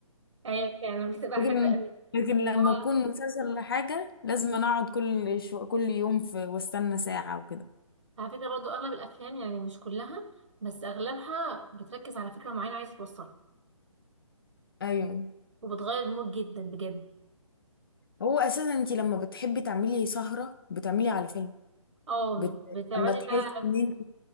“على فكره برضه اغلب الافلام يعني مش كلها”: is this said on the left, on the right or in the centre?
Right